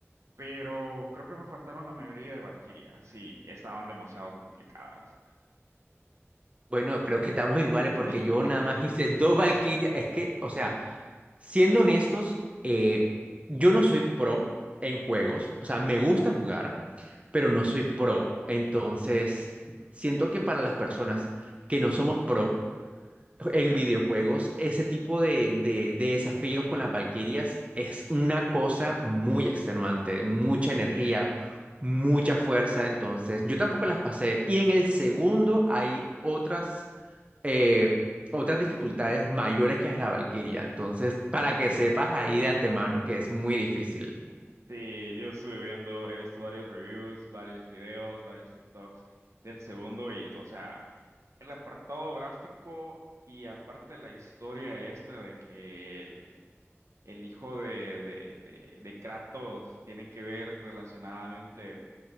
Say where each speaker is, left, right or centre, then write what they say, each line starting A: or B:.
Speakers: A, on the right; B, on the right.
A: pero creo que me faltaron la mayoría de Valkyria, sí, estaban demasiado complicadas.
B: Bueno, creo que estamos iguales porque
A: <laughs>
B: yo nada más hice dos Valkyrias. Es que, o sea... Siendo honestos, eh, yo no soy pro en juegos,
A: Ok,
B: o sea, me gusta jugar, pero no soy pro. Entonces, siento que para las personas que no somos pro,
A: ok,
B: en videojuegos, ese tipo de, de- de desafíos con las Valquirias es una cosa muy extenuante, mucha
A: sí,
B: energía, mucha fuerza. Entonces, yo tampoco las pasé. Y en el segundo hay otras, eh, otras dificultades mayores que es la Valquiria. Entonces, para
A: ok.
B: que sepas ahí de antemano que es muy difícil.
A: Sí, yo estuve viendo, he visto varios reviews, varios videos, varios TikToks del segundo y, o sea, el apartado gráfico y aparte la historia esta de que el el hijo de, de, de, de Kratos tiene que ver relacionadamente